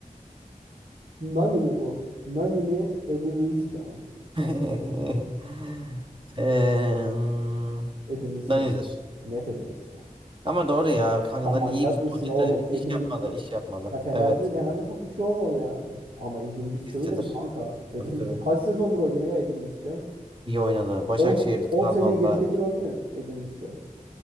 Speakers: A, on the right; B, on the right.
A: Nani mi bu? Nani mi Edin Visca mı?
B: <laughs> Eee
A: Edin Visca
B: Danizer.
A: net. Net Edin Visca.
B: Ama doğru ya. Kanka
A: Sen
B: Dani
A: manyak
B: iyi bir futbolcu
A: mısın oğlum?
B: da iş
A: Edin
B: yapmadı. iş yapmadı.
A: ya Fener'de
B: Evet.
A: Fener'de çok bir şey olmadı yani. Ama Edin Visca
B: İşçidir.
A: öyle mi kanka? Edin
B: Tabii tabii.
A: Visca kaç sezondur oynuyor ya Edin Visca?
B: İyi oynadı. Başakşehir'de,
A: On On
B: Trabzon'da.
A: seneye geçkindir oynuyor Edin Visca.